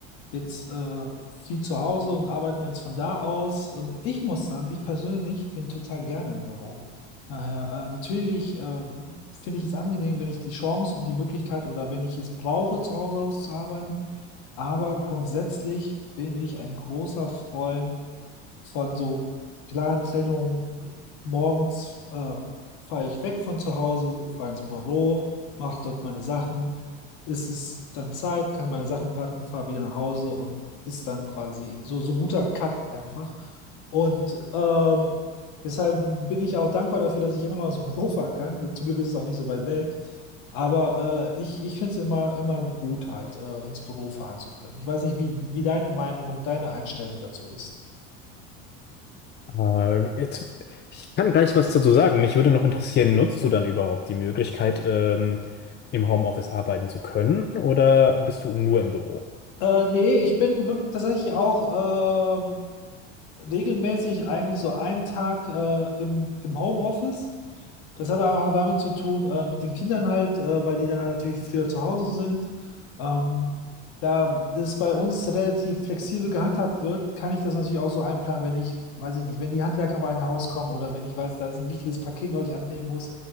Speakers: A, on the left (about 65°); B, on the left (about 30°).
A: jetzt äh, viel zu Hause und arbeiten jetzt von da aus. Ähm, ich muss sagen, ich persönlich bin total gerne im Büro. Daher, äh, natürlich äh, finde ich es angenehm, wenn ich die Chance und die Möglichkeit oder wenn ich es brauche, zu Hause aus zu arbeiten. Aber grundsätzlich bin ich ein großer Freund von so klaren Trennungen. Morgens äh, fahre ich weg von zu Hause, fahre ins Büro, mache dort meine Sachen. Ist es dann Zeit, kann meine Sachen packen, fahre wieder nach Hause und ist dann quasi so, so ein guter Cut einfach. Und ähm, deshalb bin ich auch dankbar dafür, dass ich immer noch ins Büro fahren kann. Zum Glück ist es auch nicht so weit weg. Aber äh, ich, ich finde es immer, immer gut, halt äh, ins Büro fahren zu können. Ich weiß nicht, wie, wie deine Meinung und deine Einstellung dazu ist.
B: Äh, jetzt, ich kann gleich was dazu sagen. Mich würde noch interessieren, nutzt
A: Ja.
B: du dann überhaupt die Möglichkeit, ähm, im Homeoffice arbeiten zu können oder bist du nur im Büro?
A: Äh, nee, ich bin wirklich tatsächlich auch ähm, regelmäßig eigentlich so einen Tag äh, im, im Homeoffice. Das hat aber auch damit zu tun, äh, mit den Kindern halt, äh, weil die dann halt natürlich früher zu Hause sind. Ähm, da das bei uns relativ flexibel gehandhabt wird, kann ich das natürlich auch so einplanen, wenn ich, weiß ich nicht, wenn die Handwerker mal in ein Haus kommen oder wenn ich weiß, da ist ein wichtiges Paket, was ich annehmen muss,